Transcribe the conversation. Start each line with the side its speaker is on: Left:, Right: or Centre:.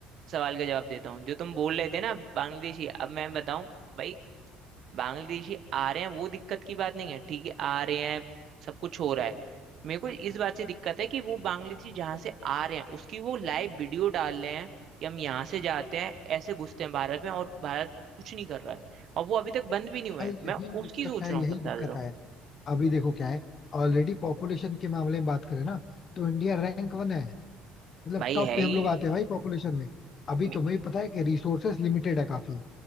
Right: सवाल का जवाब देता हूँ जो तुम बोल रहे थे ना बांग्लादेशी अब मैं बताऊं भाई बांग्लादेशी आ रहे हैं वो दिक्कत की बात नहीं है ठीक है आ रहे हैं सब कुछ हो रहा है मेरे को इस बात से दिक्कत है कि वो बांग्लादेशी जहां से आ रहे हैं उसकी वो लाइव वीडियो डाल रहे हैं कि हम यहाँ से जाते हैं ऐसे घुसते हैं भारत में और भारत कुछ नहीं कर रहा है और वो अभी तक बंद भी नहीं हुए
Left: भाई
Right: हैं मैं
Left: यही दिक्कत
Right: उसकी सोच
Left: है
Right: रहा
Left: यही
Right: हूँ सबसे
Left: दिक्कत
Right: ज्यादा तो
Left: है अभी देखो क्या है ऑलरेडी पॉपुलेशन के मामले में बात करें ना तो इंडिया रैंक वन है मतलब
Right: भाई
Left: टॉप
Right: है
Left: पे हम
Right: ही
Left: लोग आते हैं भाई पॉपुलेशन में अभी
Right: मे-
Left: तुम्हें पता है कि रिसोर्सेस लिमिटेड है काफी